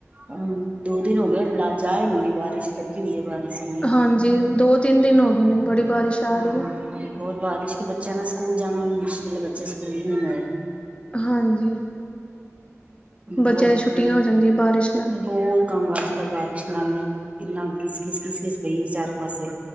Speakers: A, on the right (about 25°); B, on the left (about 20°).
A: ਹੂੰ ਦੋ ਦਿਨ ਹੋ ਗਏ ਲਾ ਜਾ ਇ ਨਹੀਂ ਰਹੀ ਬਾਰਿਸ਼ ਲੱਗੀ ਦੀਏ ਬਾਰੇ ਸੀ
B: ਹਾਂਜੀ ਦੋ ਤਿੰਨ ਦਿਨ ਹੋ ਗਏ ਨੇ ਬੜੀ ਬਾਰਿਸ਼ ਆ ਰਹੀ
A: ਹਾਂ
B: ਹੈ।
A: ਬਹੁਤ ਬਾਰਿਸ਼ ਕਿ ਬੱਚਿਆਂ ਨੇ ਸਕੂਲ ਜਾਣਾ ਵੀ ਮੁਸ਼ਕਿਲ ਹੈ ਬੱਚੇ ਸਕੂਲ ਵੀ ਨਹੀਂ ਗਏ।
B: ਹਾਂਜੀ। ਬੱਚਿਆਂ
A: ਬਹੁਤ
B: ਦੀ ਛੁੱਟੀਆਂ ਹੋ ਜਾਂਦੀਆਂ ਬਾਰਿਸ਼ ਨਾਲ।
A: ਬਹੁਤ ਕੰਮ ਵੱਧ ਜਾਂਦਾ ਬਾਰਿਸ਼ ਨਾਲ ਇੰਨਾ ਗਿਸ ਗਿਸ ਗਿਸਮਿਸ ਪਈ ਚਾਰੋਂ ਪਾਸੇ।